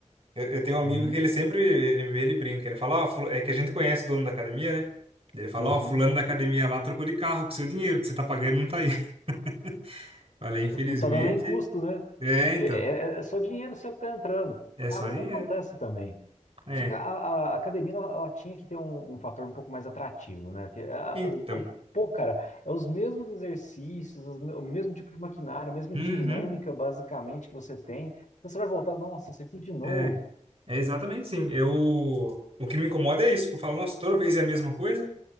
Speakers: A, on the right; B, on the left.
A: Eu, eu tenho um amigo
B: Uhum,
A: que ele sempre ele, ele brinca. Ele fala, ó, fula- é que a gente conhece o dono da academia, né? Ele fala,
B: uhum.
A: ó, fulano da academia lá trocou de carro com seu dinheiro, que você tá pagando não tá aí. <laughs> Falei, infelizmente.
B: Porque não tá dando nem custo, né?
A: É, então.
B: Porque é, é- é só dinheiro seu que tá entrando.
A: É
B: Ah,
A: só
B: mas
A: dinheiro.
B: acontece também.
A: É.
B: Só que a, a- a academia, ela, ela tinha que ter um, um fator um pouco mais atrativo, né? Que, ah,
A: Então.
B: o, o- pô, cara, é os mesmos exercícios, os me- o mesmo tipo de maquinário, a mesma
A: Uhum.
B: dinâmica, basicamente, que você tem. Você vai voltar, nossa, isso aqui de novo.
A: É. É exatamente sim. Eu. O que me incomoda é isso. que Eu falo, nossa, toda vez é a mesma coisa.